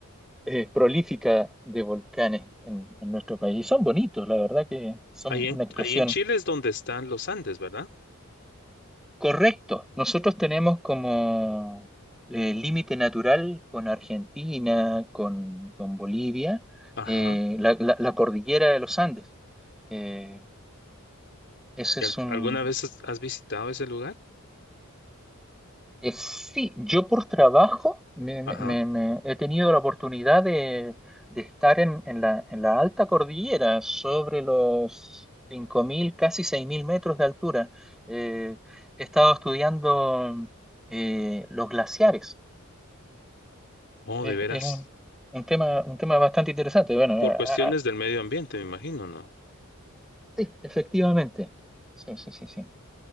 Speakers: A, in the centre; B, on the left.
A: eh, prolífica de volcanes en, en nuestro país. Y son bonitos, la verdad que son
B: Ahí en,
A: una expresión
B: ahí en Chile es donde están los Andes, ¿verdad?
A: correcta. Nosotros tenemos como eh, límite natural con Argentina, con, con Bolivia,
B: Ajá.
A: eh, la, la- la cordillera de los Andes. Eh, ese
B: ¿Y
A: es
B: al-
A: un,
B: alguna vez has has visitado ese lugar?
A: Eh, sí, yo por trabajo me, me-
B: Ajá.
A: me- me he tenido la oportunidad de, de estar en, en la, en la alta cordillera, sobre los 5.000, casi 6.000 metros de altura. Eh, he estado estudiando eh, los glaciares.
B: Oh,
A: Es,
B: de veras.
A: es un, un tema, un tema bastante interesante. Bueno,
B: Por
A: a-
B: cuestiones
A: a-
B: del medio ambiente, me imagino, ¿no?
A: sí, efectivamente. Sí, sí, sí, sí.